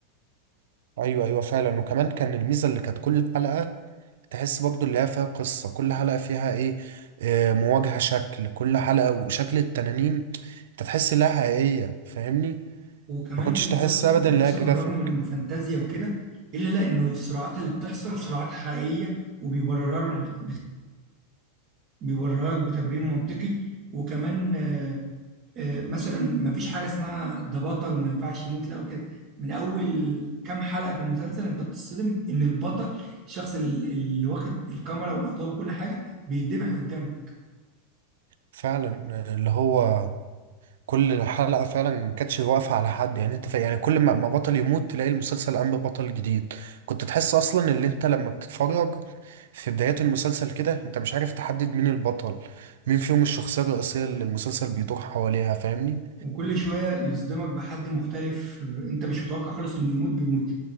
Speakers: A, on the right; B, on the right.
A: ايوه ايوه فعلا وكمان كان الميزه اللي كانت كل حلقه تحس برضو اللي هي فيها قصه كل حلقه فيها ايه آه، مواجهه شكل كل حلقه وشكل التنانين انت تحس انها حقيقيه فاهمني
B: وكمان
A: ما كنتش
B: المسلسل
A: تحس ابدا
B: المسلسل
A: ان هي جرافيك
B: بالرغم من إنه فانتازيا وكده إلا لا إنه الصراعات اللي بتحصل صراعات حقيقية وبيبررها بت- بت- بيبررها بتبرير منطقي وكمان آه، مثلا ما فيش حاجه اسمها ده بطل وما ينفعش يموت لا وكده من اول كام حلقه في المسلسل انت بتصدم ان البطل الشخص ال- اللي واخد الكاميرا والاضواء وكل حاجه بيتذبح قدامك
A: فعلا آه، اللي هو كل حلقه فعلا ما كانتش واقفه على حد يعني انت فا... يعني كل ما ما بطل يموت تلاقي المسلسل قام ببطل جديد كنت تحس اصلا ان انت لما بتتفرج في بدايات المسلسل كده انت مش عارف تحدد مين البطل مين فيهم الشخصية الرئيسية اللي المسلسل بيدور حواليها فاهمني
B: وكل شويه يصدمك بحد مختلف آه، انت مش متوقع خالص انه يموت بيموت